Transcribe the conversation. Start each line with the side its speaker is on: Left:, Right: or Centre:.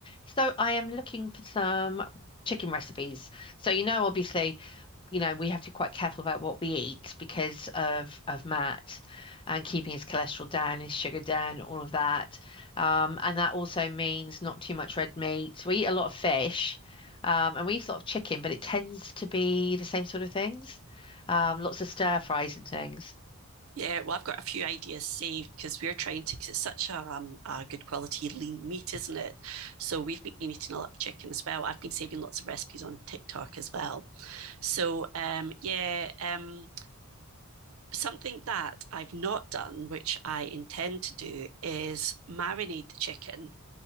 Left: So I am looking for some chicken recipes. So you know, obviously, you know, we have to be quite careful about what we eat because of of Matt and keeping his cholesterol down, his sugar down, all of that. Um, and that also means not too much red meat. We eat a lot of fish, um, and we eat a lot of chicken, but it tends to be the same sort of things. Um, lots of stir fries and things.
Right: Yeah, well, I've got a few ideas saved because we're trying to, because it's such a, um, a good quality lean meat, isn't it? So we've been eating a lot of chicken as well. I've been saving lots of recipes on TikTok as well. So, um, yeah, um, something that I've not done, which I intend to do, is marinate the chicken.